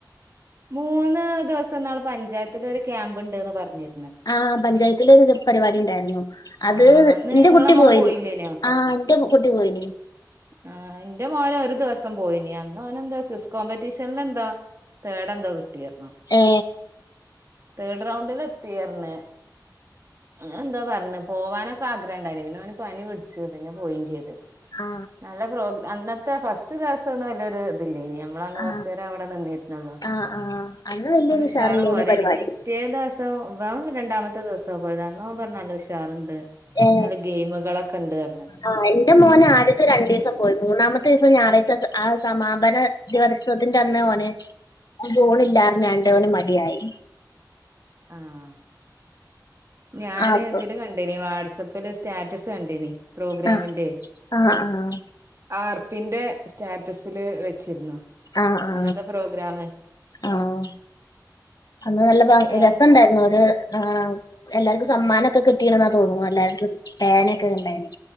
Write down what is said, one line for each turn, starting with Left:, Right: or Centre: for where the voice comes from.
Right: മൂന്ന് ദിവസം നാള് പഞ്ചായത്തില ഒരു ക്യാമ്പ് ഇണ്ട്ന്ന് പറഞ്ഞിനി
Left: ആ പഞ്ചായത്തില ഒരു പരിപാടി ഉണ്ടായിരുന്നു അത്
Right: ആഹ് അന്ന്
Left: ഇന്റെ
Right: നിങ്ങളെ
Left: കുട്ടി
Right: മോൻ
Left: പോയിനി
Right: പോയില്ലേനോ
Left: ആ ഇന്റെ കുട്ടി പോയിനി
Right: ആഹ് ൻ്റെ മോനും ഒരു ദിവസം പോയിനി അന്ന് അവനെന്തോ ക്രിസ് കോമ്പറ്റീഷൻ ല് എന്തോ തേഡ് എന്തോ കി കിട്ടിയർഞ്ഞു
Left: ഏ
Right: തേഡ് റൗണ്ടിൽ എത്തീർഞ്ഞ് അ ങ്ങനെന്തോ പറഞ് പോവാനൊക്കെ ആഗ്രഹംണ്ടായിനി പിന്നെ അവന് പനി പിടിച്ച് പിന്നെ പോയിം ചെ യ്ത്
Left: ആ
Right: നല്ല പ്രോഗ്രാം അന്ന റ്റ ഫസ് റ്റ് ദിവസം ഒന്നും വല്ലൊരു ഇതില്ലേനി നമ്മളന്ന്
Left: ആ
Right: കൊറച്ചേരം അവിടെ നിന്നിരുന്നല്ലൊ
Left: ആ ആ അന്ന് വലിയൊരു
Right: ഒരു ഉഷാർ
Left: ഉഷാറില്ലേനു
Right: പോരെനി
Left: പരിപാടി
Right: പിറ്റേ ദിവസം ഇവൻ രണ്ടാമ പിറ്റേ ദിവസ പോയത് അന്നോ പറഞ്ഞ് നല്ല ഉഷാറ്ണ്ട്
Left: ഏ
Right: നല്ല ഗെയിമുകളൊക്കെ ഇണ്ട് പർഞ്ഞ്
Left: ആ എന്റെ മോന് ആദ്യത്തെ രണ്ടു ദിവസം പോയി മൂന്നാമത്തെ ദിവസം ഞായറാഴ്ച ആ സമാപന ദോത്സവത്തിന്റെ അന്ന് ഓന് പോണ് ഇല്ലാർ ഞ്ഞാണ്ട് ഓന് മടിയായി
Right: ആഹ് ഞാന്
Left: ആ അപ്പൊ
Right: ഇതില് കണ്ടേനി വാട്സ പ്പ സ്റ്റാറ്റസ് കണ്ടേനി പ്രോഗ്രാമിന്റെ
Left: ആ ആഹ് ആഹ്
Right: ആർപ്പിന്റെ സ്റ്റാറ്റസില് വെച്ചിരുന്നു
Left: ആ ആ
Right: അന്നത്തെ പ്രോഗ്രാമ്
Left: ആഹ് അന്ന് നല്ല
Right: ഏ
Left: രസംണ്ടായിരുന്നു ഒര് ആ് എല്ലാർക്കും സമ്മാനൊക്കെ കിട്ടീ എന്നാ തോന്നുന്നു എല്ലാർക്കും പേനയൊക്കെ ഉണ്ടായിന്